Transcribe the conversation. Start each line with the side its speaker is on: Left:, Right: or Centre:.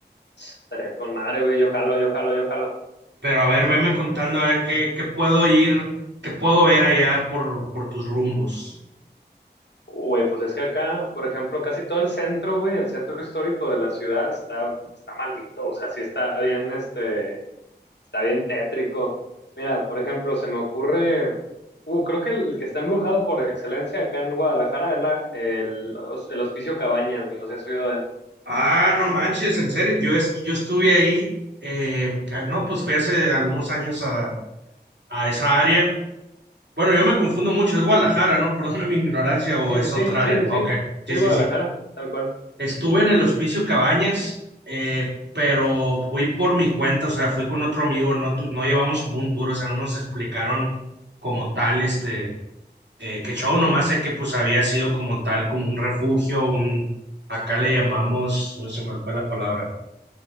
Left: Estaría con madre, güey, yo jalo, yo jalo, yo jalo.
Right: Pero a ver, veme contando a ver qué, qué puedo ir, qué puedo ver allá por, por tus rumbos.
Left: Güey, pues es que acá, por ejemplo, casi todo el centro, güey, el centro histórico de la ciudad está, está maldito, o sea, sí está bien, este, está bien tétrico. Mira, por ejemplo, se me ocurre, uh, creo que el, el que está embrujado por excelencia acá en Guadalajara es la, el, hos- el Hospicio Cabañas, güey, no sé si has oído de él.
Right: Ah, no manches, en serio. Yo, est- yo estuve ahí, eh, ca- no, pues fui hace algunos años a, a esa área. Bueno, yo me confundo mucho, es Guadalajara, ¿no? <laughs> Perdona mi ignorancia o
Left: Sí,
Right: es
Left: sí, sí,
Right: otra
Left: sí,
Right: área.
Left: sí, sí,
Right: Ok,
Left: sí,
Right: sí,
Left: es
Right: sí,
Left: Guadalajara,
Right: sí.
Left: tal cual.
Right: Estuve en el Hospicio Cabañas, eh, pero fui por mi cuenta, o sea, fui con otro amigo, no, tu- no llevamos como un tour, o sea, no nos explicaron como tal, este, eh, qué show, nomás sé que pues había sido como tal, como un refugio, un, acá le llamamos, uy, se me fue la palabra